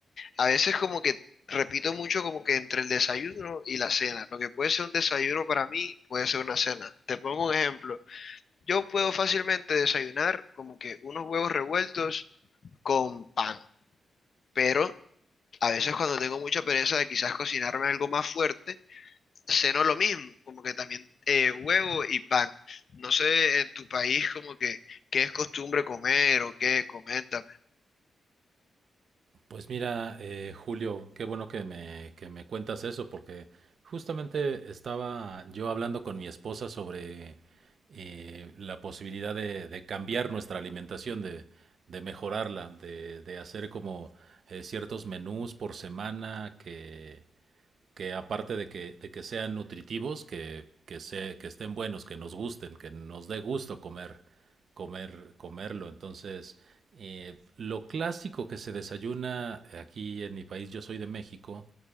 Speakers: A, on the left (about 55°); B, on the right (about 65°).
A: A veces como que repito mucho como que entre el desayuno y la cena. Lo que puede ser un desayuno para mí puede ser una cena. Te pongo un ejemplo. Yo puedo fácilmente desayunar como que unos huevos revueltos con pan. Pero a veces cuando tengo mucha pereza de quizás cocinarme algo más fuerte, ceno lo mismo, como que también eh, huevo y pan. No sé en tu país como que qué es costumbre comer o qué, coméntame.
B: Pues mira, eh, Julio, qué bueno que me, que me cuentas eso, porque justamente estaba yo hablando con mi esposa sobre eh, la posibilidad de, de cambiar nuestra alimentación, de, de mejorarla, de, de hacer como eh, ciertos menús por semana que, que aparte de que, de que sean nutritivos, que, que, se, que estén buenos, que nos gusten, que nos dé gusto comer, comer, comerlo. Entonces, eh, lo clásico que se desayuna aquí en mi país, yo soy de México,